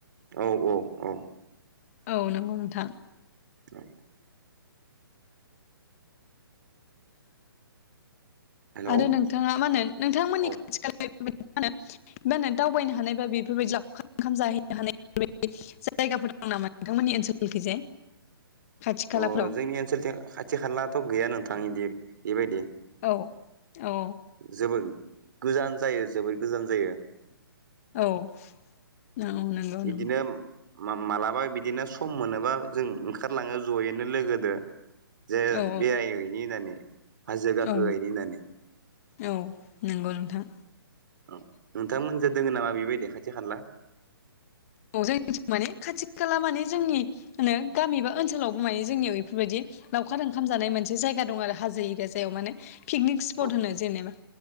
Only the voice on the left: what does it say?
औ नंगौ नोंथां
आरो नोंथाङा मा होनो नोंथांमोननि
खाथि खाला <unintelligible> मा होनो मा होनो दावबायनो हानाय बा बेफोरबायदि लाउखार ओंखाम जाहैनो हानाय <unintelligible> बेफोरबायदि जायगाफोर दं नामा नोंथांमोननि ओनसोलखैजाय <unintelligible> खाथि खालाफ्राव
औ औ
औ नंगौ नंगौ
औ
औ
औ नंगौ नोंथां
ओ जोंनिथिं माने खाथि खाला माने जोंनि <unintelligible> माहोनो गामि बा ओनसोलावबो माने जोंनियाव बेफोरबायदि लावखार ओंखाम जानाय मोनसे जायगा दं आरो हाजो एरिया जायाव माने पिकनिक स्पट
होनो जेनेबा